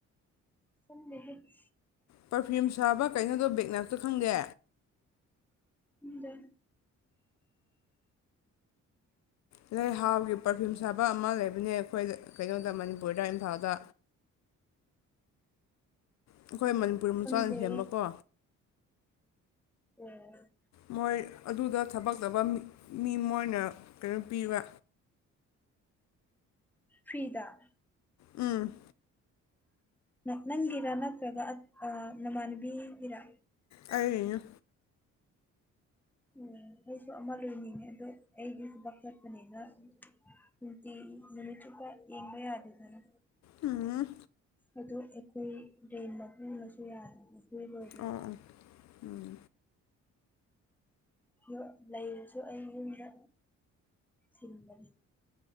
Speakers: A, in the centre; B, on the left (about 65°).
A: ꯆꯗꯤ
B: ꯄꯔꯐ꯭ꯌꯨꯝ ꯁꯥꯕ ꯀꯩꯅꯣꯗꯣ ꯕꯦꯛꯅꯞꯇ ꯈꯪꯗꯦ
A: ꯗꯦ
B: ꯅ ꯍꯥꯎꯒꯤ ꯄꯔꯐ꯭ꯌꯨꯝ ꯁꯥꯕ ꯑꯃ ꯂꯩꯕꯅꯦ ꯑꯩꯈꯣꯏꯗ ꯀꯩꯅꯣꯗ ꯃꯅꯤꯄꯨꯔꯗ ꯏꯝꯐꯥꯜꯗ ꯑꯩꯈꯣꯏ ꯃꯅꯤꯄꯨꯔꯤ ꯃꯆꯥꯅ
A: ꯈꯪꯗꯦ
B: ꯍ ꯁꯦꯝꯕꯀꯣ
A: ꯎꯝ
B: ꯃꯣꯏ ꯑꯗꯨꯗ ꯊꯕꯛꯇꯕ ꯃꯤ ꯃꯣꯏꯅ ꯀꯩꯅꯣ ꯄꯤꯕ
A: ꯐꯤꯗ
B: ꯎꯝ
A: ꯅꯪꯒꯤꯤꯔ ꯅꯠꯇ꯭ꯔꯒ ꯑ ꯑ ꯅꯃꯥꯥꯟꯕꯤ ꯒꯤꯤꯔꯥ
B: ꯑ
A: ꯎ ꯑꯩꯁꯨ ꯑꯃ ꯂꯣꯏꯅꯤꯡꯉꯦ ꯑꯗꯣ ꯑꯩꯗꯤꯁꯨꯕꯥꯛ ꯆꯠꯄꯅꯤꯅ ꯅꯨꯡꯇꯤ ꯅꯨꯃꯤꯠ ꯆꯨꯞꯄ ꯌꯦ ꯦ ꯍꯥꯏꯗꯤ ꯊꯅ
B: ꯎꯝ
A: ꯑꯗꯣ ꯑꯩꯈꯣꯏ ꯗ꯭ꯔꯦꯟ ꯃꯄꯨꯅꯁꯨ ꯌꯥꯔꯦ ꯃꯄꯨ ꯂꯣꯏꯕꯗꯣ
B: ꯑꯣ ꯑꯣ ꯎꯝ
A: ꯌ ꯂꯩꯔꯁꯨ ꯑꯩ ꯌꯨꯝꯗ ꯊꯤꯟꯕꯅꯤ